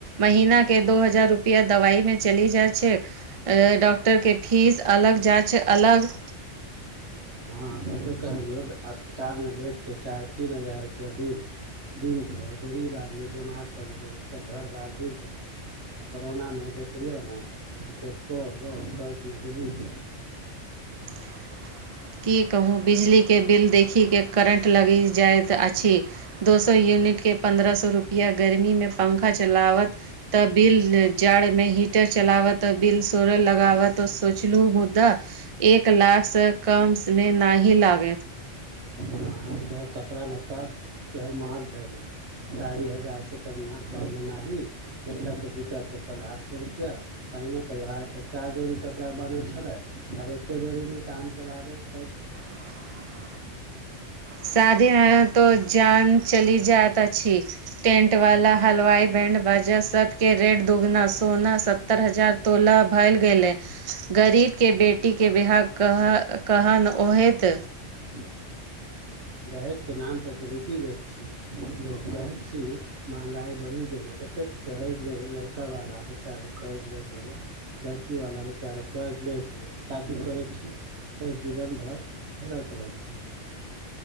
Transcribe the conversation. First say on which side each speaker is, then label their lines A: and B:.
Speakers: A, on the right; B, on the right.
A: महिना के दो हजार रुपएआ दवाई मे चली जाइत छैक ए डॉक्टर के फीस अलग जाइ छै अलग
B: ह कहलिय अस्पताल मे बैड के चार तीन हजार रुपआ दी दिनके आओर गरीब आदमी बिमार पड़ि गेल तऽ घर बार विक जेतउक कोरोना मे देख लियौ ने केतको लोक कर्जमे डूबी गेल
A: <inaudible> की कहू बिजलीके बिल देखिके करन्ट लागि जाइत अछि दो सौ यूनिट के पन्द्रह सौ रुपैआ गर्मी मे पंखा चलावत त बिल जाड़मे हीटर च चलाबत बिल सोड़ल लगाबत सोचलू मुदा एक लाखसँ कमस मे न ही लागैत
B: हँ सेहो कपड़ा लत्ता सेहो माहँग भए गेलै साारी हजारसँ कम कम मे नाही बच्चा के जूता चप्पल आठ सो रुपआ पहिने त्योहार पर चार जोड़ी कपड़ा बनै छल आब एके जोड़ी मे काम चलाबे परै छै
A: <inaudible> साधी है तो जान चली जैत अछी टेंट वाला हलुवाई बैं्ड बाजा सबके रेट दगुना सोना सत्तर हजार तोलाह भैल गेलै गरीब के बेटी के बिवाह कह कहन ओहैत
B: ह <unintelligible> दहेज के नाम पर त रुटी लेट छी लोक कहैत छी महँगाई बढ़ि गेलै एते कहेले लड़का वाला बेचारा कहैलै की लड़की वाला बेचारा कहै लैके शादी करै छी फेर जीवन भर भरैत रहै छी